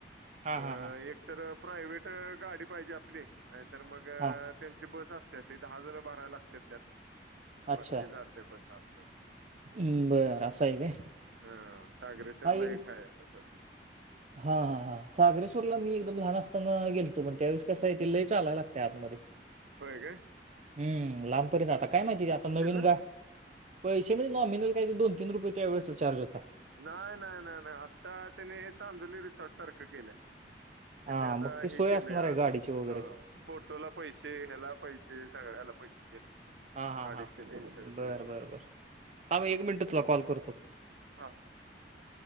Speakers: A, on the right; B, on the right.
A: हा
B: अ
A: हा हा
B: एक तर प्रायव्ट गाडी पाहिजे आपली. नाहीतर मग
A: हा
B: त्यांची बस असते ते दहा जण भरावे लागत त्यात.
A: अच्छा
B: मग त जाते बसातमध्येध्ये.
A: हम्म बरं असं आहे काय?
B: हा सागरेश्र्ला
A: हा एक
B: एकाय तसंच.
A: हा हा हा सागरेश्वरला मी एकदम लहान असताना गेल तग त्यावीस कसा आहे ते लई चाला लागते आतमध्ये.
B: होय का?
A: हम् लांबपर्यंत आता काय माहिती आता नवीन
B: ना
A: ग पैसे म्हणजे नॉमिनल.. काय ते दोन तीन रुपये त्यावेळेसचा चार्ज होता
B: नाही नाही नाही नाही आता त्याने चांगली सारख केलं.
A: <unintelligible>
B: त्यांनी आता
A: ते सोय
B: हे केले
A: असणार
B: आज
A: आहे गाडीची वगैरे
B: फोटोला पैसे ह्याला पैसे सगळ्याला पैसे. केले
A: हा हा
B: अडीचशे
A: हा
B: तीनशे रुपये
A: बर
B: असं
A: बर बर ह मग एक मिनट तुला कॉल करतो.
B: हा ह.